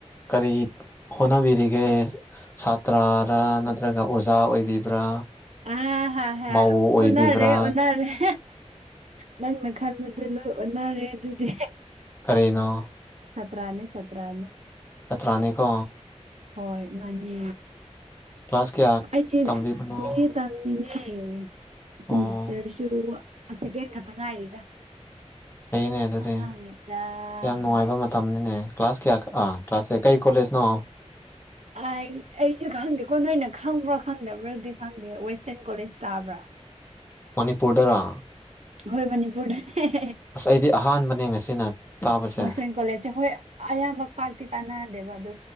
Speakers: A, on the left; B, on the right.
A: ꯀꯔꯤ ꯍꯣꯠꯅꯕꯤꯔꯤꯒꯦ ꯁꯥꯠ ꯇ꯭ꯔꯥ ꯔ ꯅꯠꯇ꯭ꯔꯒ ꯑꯣꯖꯥ ꯑꯣꯏꯕꯤꯕ꯭ꯔꯥ
B: ꯑ ꯍ ꯍ
A: ꯃꯧ ꯑꯣꯏꯕꯤꯕ꯭ꯔꯥ
B: ꯑꯣꯟꯅꯔꯦ ꯑꯣꯟꯅꯔ‌ꯦ ꯅꯪꯅ ꯈꯟꯕꯗꯨ ꯂꯣꯏ ꯑꯣꯟꯅꯔꯦ ꯑꯗꯨꯗꯤ
A: ꯀꯔꯤꯅꯣ
B: ꯁꯇꯔꯅꯦ ꯁꯇꯔꯅꯦ
A: ꯆꯇꯔꯥꯅꯤꯀꯣ
B: ꯍꯣꯏ ꯃꯥꯅꯤ
A: ꯀ꯭ꯂꯥꯁ ꯀꯌꯥ
B: ꯑꯩꯆꯦ
A: ꯇꯝꯕꯤꯕꯅꯣ
B: ꯃꯤ ꯇꯝꯃꯤꯅꯦ ꯁꯤꯃꯤꯁꯇꯔꯁꯨ
A: ꯑꯣ
B: ꯑ ꯁꯤꯀ‌ꯦꯟ ꯈꯛꯇ ꯉꯥꯏꯔꯤꯗ
A: ꯐꯩꯅꯦ ꯑꯗꯨꯗꯤ
B: ꯑꯉꯥꯡꯅꯤꯗ
A: ꯌꯥꯝ ꯅꯨꯡꯉꯥꯏꯕ
B: ꯍꯣꯏ
A: ꯃꯇꯝꯅꯤꯅꯦ ꯀ꯭ꯂꯥꯁ ꯀꯌꯥ ꯑꯥ ꯀ꯭ꯂꯥꯁꯁꯦ ꯀꯔꯤ ꯀꯣꯂꯦꯖꯅꯣ
B: ꯑꯩ ꯑꯩꯁꯦ ꯈꯪꯗꯦꯀꯣ ꯅꯣꯏꯅ ꯈꯪꯕ꯭ꯔ ꯈꯪꯗꯕ꯭ꯔꯗꯤ ꯈꯪꯗꯦ ꯋꯦꯁꯇꯔꯟ ꯀꯣꯂꯦꯖ ꯇꯥꯕ꯭ꯔꯥ
A: ꯃꯅꯤꯄꯨꯔꯗꯔ
B: ꯍꯣꯏ ꯃꯅꯤꯄꯨꯔꯗꯅꯦ
A: ꯑꯁ ꯑꯩꯗꯤ ꯑꯍꯥꯟꯕꯅꯦ ꯉꯁꯤꯅ ꯇꯥꯕꯁꯦ
B: ꯋꯥꯁ ꯀꯣꯂꯦꯖꯁꯦ ꯍꯣꯏ ꯑꯌꯥꯝꯕ ꯄꯥꯛꯇꯤ ꯇꯥꯟꯅꯗꯦꯕ ꯑꯗꯨ